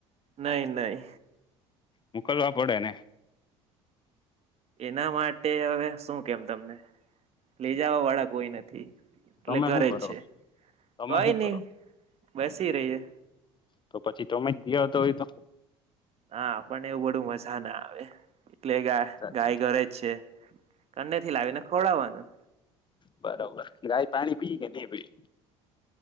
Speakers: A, on the right (about 45°); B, on the left (about 30°).
A: નહી નહી
B: મુકલવા પડે ને
A: એના માટે હવે શું કેમ તમને લઈ જવા વાળા કોઈ નથી એટલે
B: તમે
A: ઘરે
B: શું કરો
A: જ છે
B: તમે
A: કઈ
B: શું
A: ની
B: કરો
A: બેસી રહીએ
B: તો પછી તમે જ દીતો હોય તો
A: ના આપણે ને એવું બધું મજા ના આવે. એટલે ગા
B: સાચી
A: ગાય
B: વાત
A: ઘરે છે અંદરથી લાવીને ખવડાવાનું
B: બરોબર ગાય પાણી પી કે ની પીય